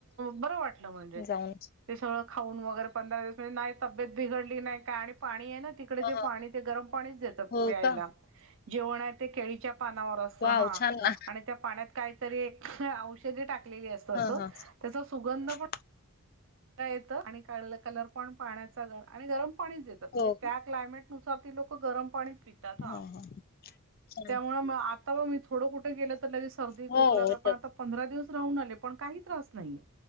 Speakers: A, on the right; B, on the left.
A: बर वाटतं म्हणजे
B: जाऊन
A: ते सगळं खाऊन वगैरे पंधरा दिवस नाही तब्बेत बिडली नाही. आणि पाणी तेन तिकडे
B: ह
A: पाणी ते गरम पाणी देतात
B: हो
A: प्यायला
B: का
A: जेवण केळीच्या पानावर असत
B: वाव
A: हा
B: छान ना
A: आणि त्या पाण्यात काहीतरी औषधे टाकलेली असत अस
B: ह ह
A: त्याचा सुगंध पण
B: <inaudible>
A: येत आणि काढ कलर पण पाण्याचा आणि गरम पाणीच देतात म्हणजे
B: हो
A: त्या
B: का
A: क्लायमेट ती लोक सुद्धा गरम पाणीच पितात.
B: हा हा छान.
A: त्यामुळं मग आप आता ब मी थोडं कुठं गेलं तर लगेच सर्दी
B: हो
A: खोकला काय पण
B: तर
A: आता पंधरा दिवस राहून आले पण काही त्रास नाही.